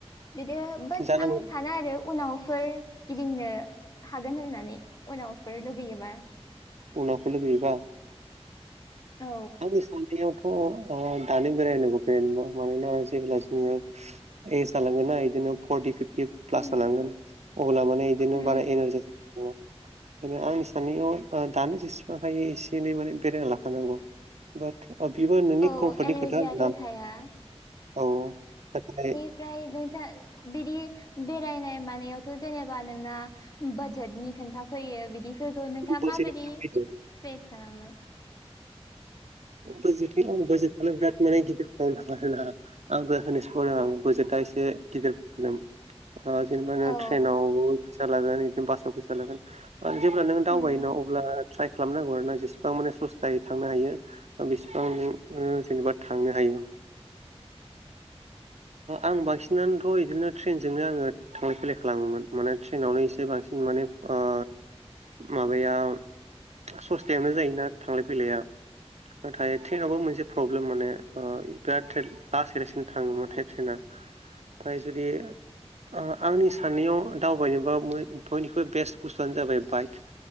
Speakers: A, on the left (about 35°); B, on the right (about 85°).
A: बिदि बाथ
B: जानांगौ
A: आं सानो आरो उनावफोर गिदिंनो हागोन होननानै उनावफोर लुगैयोबा।
B: उनावफोर लुगैयोबा
A: औ।
B: आंनि साननायावथ' ओ दानो बेरायनांगौ बेेरायनोबा मानोना जेब्ला जोङो एस जालांगोन ना बिदिनो फरटि फिफ्टि प्लास
A: उम
B: हालांगोन अब्ला माने बिदिनो
A: उम
B: बारा एनारजिस दङ बेनो आंनि साननायाव ओ दानो जेसेबां हायो एसे एनै माने बेरायना लाखानांगौ। बाट औ बेबो नोंनि
A: औ
B: कमफर्टनि
A: एनारजियाथ'
B: खोथा आरोना
A: थाया
B: औ औ नाथाय
A: ओमफ्राय नोंथां बिदि बेरायनाय मानायावथ' जेनेबा नोंना बाजेटनि खोन्थाफैयो बिदिफोरखौ नोंथाङा
B: बाजेटनि
A: माबायदि
B: थाखायनो
A: फेस खालामो?
B: <unintelligible> <unintelligible> बेराद माने गिदिर <unintelligible> आंबो होनोसो <unintelligible> आं <unintelligible> एसे गिदिर प्रब्लेम ओ जेनबा
A: औ
B: ट्रेनावबो फैसा लागोन बिदिनो बासाव फैसा लागोन जेब्ला नों दावबाय
A: उम
B: न' अब्ला ट्राइ खालामनांगौ आर ना जेसेबां माने सस्थायै थांनो हायो। बेसेबां ननो जेनेबा थांनो हायो। आं बांसिनानोथ' बिदिनो ट्रेनजोंनो आङो थांलाय फैलाय खालामोमोन माने ट्रेनावनो एसे बांसिन माने ओ माबायाव सस्थायावनो जायोना थांलाय फैलाया। नाथाय ट्रेनावबो मोनसे प्रब्लेम माने बिराद <unintelligible> लासै लासैनो थाङोमोन <unintelligible> ओमफ्राय जुदि आ-आंनि साननायाव दावबायनोबा बय बयनिख्रुइ बेस्ट बुस्थुआनो जाबाय बाइक।